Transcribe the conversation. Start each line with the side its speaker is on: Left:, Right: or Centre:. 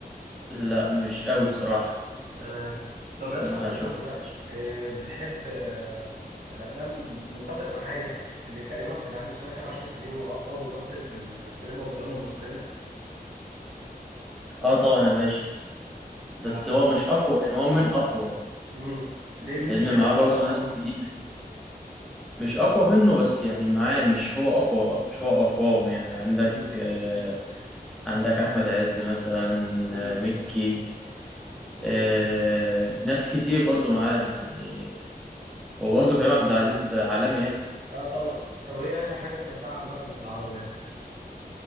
Centre: لا مش قوي بصراحة
Right: تمام طب يا اسطى
Centre: ما
Right: في العربي
Centre: شفتش
Right: بقى اه، بتحب اه، الافلام متفق معايا ان كريم عبد العزيز في اخر عشر سنين هو اقوى ممثل في السينما والدراما المصرية
Centre: اه طبعا يا باشا بس
Right: ده
Centre: هو مش اقوى يعني هو من اقوى
Right: امم ليه مين
Centre: لان
Right: شايفه
Centre: معاه
Right: انت
Centre: برضو
Right: اقوى
Centre: ناس
Right: منه
Centre: تقيلة مش اقوى منه بس يعني معاه مش هو اقوى مش هو اقواهم يعني عندك
Right: امم
Centre: آه،
Right: امم
Centre: عندك احمد عز مثلا
Right: امم
Centre: آه، مكي
Right: امم
Centre: آه، ناس كتير برضو معاه يعني وبرضه كريم
Right: امم.
Centre: عبد العزيز عالمي يعني
Right: اه طبعا طب ايه اخر حاجة سمعتها عامة في العربي يعني